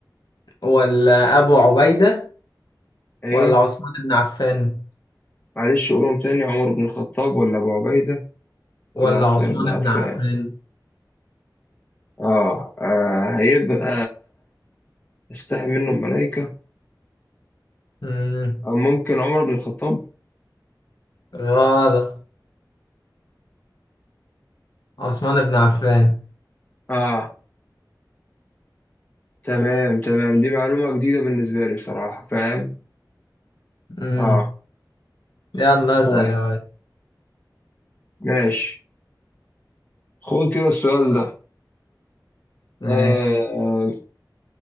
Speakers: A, on the left; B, on the left.
A: ولا أبو عبيدة
B: أيوة
A: ولا عثمان بن عفان
B: معلش قولهم تاني عمر بن الخطاب ولا أبو عبيدة ولا
A: ولا
B: عثمان
A: عثمان
B: بن عفان
A: بن عفان
B: آه, آه هيبقى استحي منه الملائكة
A: مم.
B: أو ممكن عمر بن الخطاب
A: غلط عثمان بن عفان
B: اه تمام تمام دي معلومة جديدة بالنسبة لي بصراحة فاهم
A: امم
B: اه
A: يلا اسأل
B: طيب
A: يا واد
B: ماشي خد كده السؤال ده
A: ماشي
B: آه آه